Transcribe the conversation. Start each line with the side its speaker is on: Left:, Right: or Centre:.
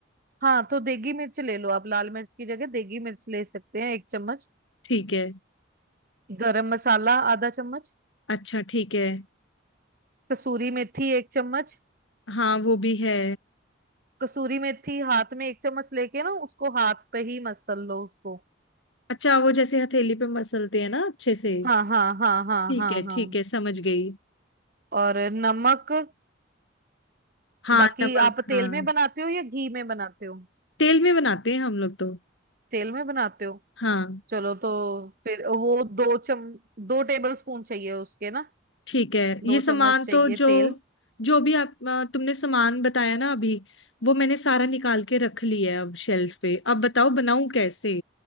Right: हाँ तो देगी मिर्च ले लो आप लाल मिर्च की जगह देगी मिर्च ले सकते हैं एक चम्मच
Left: ठीक है
Right: गरम मसाला आधा चम्मच
Left: अच्छा ठीक है
Right: कसूरी मेथी एक चम्मच
Left: हाँ वो भी है
Right: कसूरी मेथी हाथ में एक चम्मच लेके ना उसको हाथ पे ही मसल लो उसको
Left: अच्छा वो जैसे हथेली पे मसलते हैं ना अच्छे से
Right: हाँ हाँ हाँ हाँ
Left: ठीक
Right: हाँ
Left: है
Right: हाँ
Left: ठीक है समझ गई
Right: और नमक
Left: हाँ
Right: बाकी
Left: नमक
Right: आप तेल
Left: हाँ
Right: में बनाते हो या घी में बनाते हो
Left: तेल में बनाते हैं हम लोग तो
Right: तेल में बनाते हो
Left: हाँ
Right: चलो तो फिर वो दो चम दो टेबल स्पून चाहिए उसके ना
Left: ठीक है
Right: दो
Left: ये सामान
Right: चम्मच चाहिए
Left: तो जो
Right: तेल
Left: जो भी आप अ, तुमने सामान बताया ना अभी वो मैंने सारा निकाल के रख लिया है अब शेल्फ पे अब बताओ बनाऊं कैसे